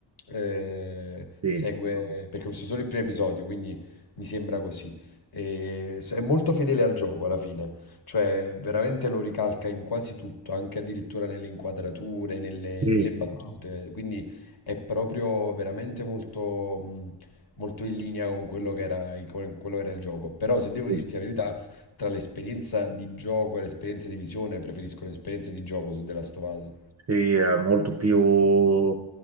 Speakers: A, on the left; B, on the right.
A: eh,
B: sì,
A: segue, perché ho visto solo il primo episodio, quindi mi sembra così. E s- è molto fedele al gioco alla fine, cioè veramente lo ricalca in quasi tutto, anche addirittura nelle inquadrature, nelle,
B: sì,
A: nelle battute. Quindi è proprio veramente molto, mh, molto in linea con quello che era, con quello che era il gioco. Però se devo
B: sì.
A: dirti la verità, tra l'esperienza di gioco e l'esperienza di visione, preferisco l'esperienza di gioco su The Last of Us.
B: Sì, è molto più